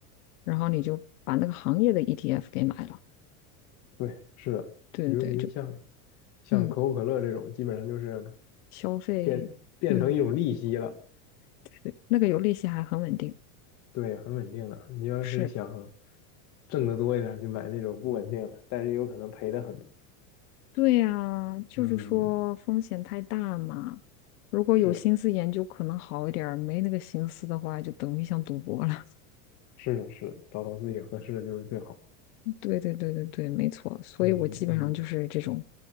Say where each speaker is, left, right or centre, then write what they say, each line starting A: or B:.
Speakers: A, on the left (about 75°); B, on the left (about 40°).
A: 然后你就把那个行业的 ETF 给买了。
B: 对，是的，
A: 对对对，
B: 尤其像
A: 就
B: 像可口可乐这种，
A: 嗯，
B: 基本上就是
A: 消费，
B: 变变成一种利息了，
A: 嗯，对，那个有利息还很稳定。
B: 对，很稳定的。你要是想
A: 是，
B: 挣得多一点儿就买那种不稳定的，但是有可能赔的很多。
A: 对呀，就是说风险太大嘛。
B: 嗯，
A: 如果有心思研究，
B: 是的，
A: 可能好一点儿；没那个心思的话，就等于像赌博了。
B: 是的，是的，找到自己合适的就是最好。
A: <laughs> 对对对对对，没错。所以我基本上就是这种
B: 嗯嗯